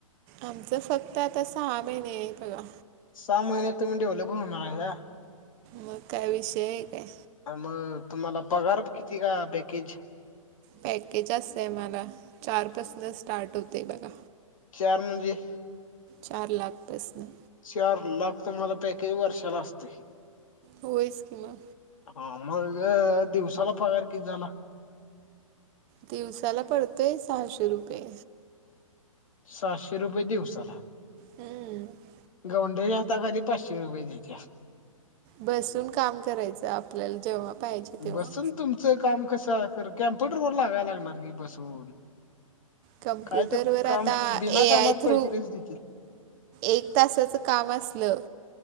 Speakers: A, on the right (about 25°); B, on the left (about 70°).
A: आमचं फक्त आता सहा महिने आहे बघा.
B: सहा महिन्यात तुम्ही डेव्हलेबल होणार आहे का?
A: मग काय विषय आहे काय.
B: मग तुम्हाला पगार किती का पॅकेज?
A: पॅकेज असत हे मला चार पासून स्टार्ट होते बघा.
B: चार म्हणजे?
A: चार लाख पासन.
B: चार लाख तुम्हाला पैकेज वर्षाला असतेय?
A: होय स्की म.
B: हा म्हणजे दिवसाला पगार किती झाला?
A: दिवसाला पडतोय सहाशे रुपये.
B: साहशे रुपये दिवसाला.
A: हम् <unintelligible>
B: गोंडेरी आता तरी पाचशे रुपये देत्या.
A: बसून काम करायच जेव्हा. पाहिजे तेव्हा
B: बसून तुमचं काम कसं कर कम्प्युटर व लागाय लागणार कि बसून?
A: कम्प्युटरवर
B: काय तर काम
A: आता
B: बिना
A: ए
B: कामात
A: आय थ्रू
B: पैसे कसे देतील
A: एक तासाचं काम असलं